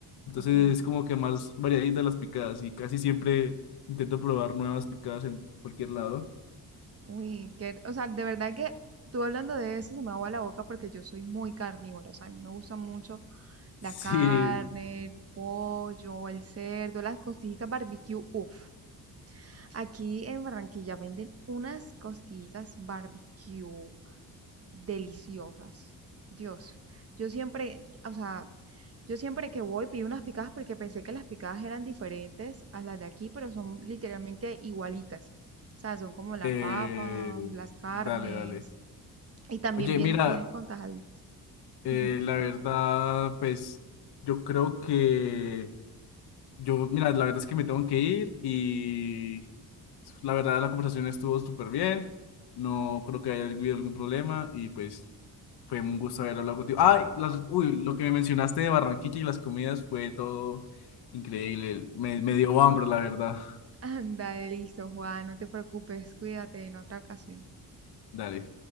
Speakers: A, on the left; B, on the right.
A: entonces
B: Ok.
A: es como que más variadita las picadas y casi siempre intento probar nuevas picadas en cualquier lado. <laughs>
B: Uy, que, o sea, de verdad que tú hablando de eso se me agua la boca porque yo soy muy carnívora. O sea, a mí me gusta mucho la
A: Sí,
B: carne, el pollo, el cerdo, las costillitas barbecue. Uf. Aquí en Barranquilla venden unas costillitas barbecue deliciosas. Dios, yo siempre, o sea, yo siempre que voy pido unas picadas porque pensé que las picadas eran diferentes a las de aquí, pero son literalmente igualitas. O sea, son como la
A: eh,
B: papa, las carnes
A: dale, dale.
B: y también
A: Oye,
B: bien,
A: mira,
B: vienen con tajaditas.
A: eh,
B: <laughs>
A: la verdad, pues, yo creo que... Yo, mira, la verdad es que me tengo que ir y la verdad la conversación estuvo súper bien. No creo que haya habido algún problema y pues fue un gusto haber hablado contigo. Ay, las, uy, lo que me mencionaste de Barranquilla y las comidas fue todo increíble. Me, me dio hambre, la verdad.
B: Anda, listo, Juan, no te preocupes, cuídate en otra ocasión.
A: Dale.